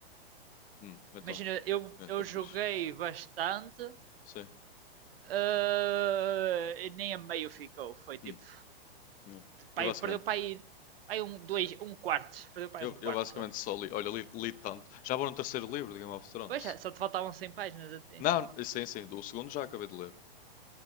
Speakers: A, on the left (about 25°); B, on the right (about 65°).
A: Hum, então.
B: Imagina, eu,
A: É,
B: eu
A: tá fixe.
B: joguei bastante.
A: Sim.
B: ah, e nem a meio ficou. Foi tipo.
A: Hum, é.
B: Pai,
A: Eu basicamente
B: perdeu para aí. Pai um, dois, um quarto. Perdeu para
A: Eu,
B: aí um quarto
A: eu basicamente
B: só.
A: só li, olha, li, li tanto. Já vou no terceiro livro de Game of Thrones.
B: Pois já, só te faltavam 100 páginas a ti.
A: Não, sim, sim, o segundo já acabei de ler.